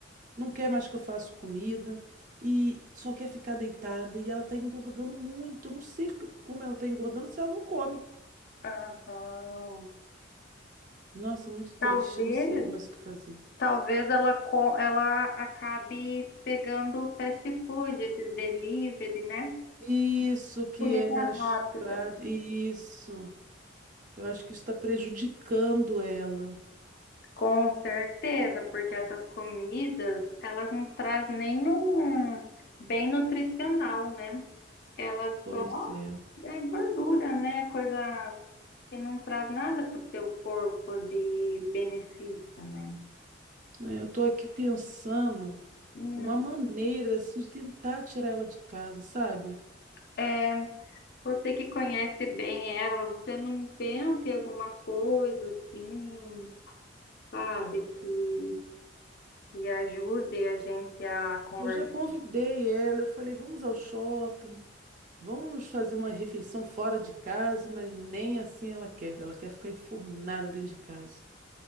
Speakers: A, on the right; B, on the left.
A: não quer mais que eu faça comida e só quer ficar deitada e ela tá engordando muito. Eu não sei c- como ela tá engordando se ela não come.
B: aham.
A: Nossa, muito triste,
B: Talvez,
A: eu não sei mais o que fazer.
B: talvez ela, co- ela acabe pegando fast food, esses delivery, né?
A: Isso que
B: Comida
A: é mais
B: rápida.
A: prático. Isso. Eu acho que isso está prejudicando ela.
B: Com certeza, porque essas comidas, elas não trazem nenhum bem nutricional, né? Elas
A: Pois
B: só
A: é.
B: é gordura, né? Coisa que não traz nada para o seu corpo de benefício, né?
A: É, Eu tô aqui pensando.
B: Hum,
A: uma maneira assim de tentar tirar ela de casa, sabe?
B: é, você que conhece bem ela, você não pensa em alguma coisa assim, sabe, que, que ajude a gente a conversar?
A: Eu já convidei ela, eu falei, vamos ao shopping, vamos fazer uma refeição fora de casa, mas nem assim ela quer. Ela quer ficar enfurnada dentro de casa.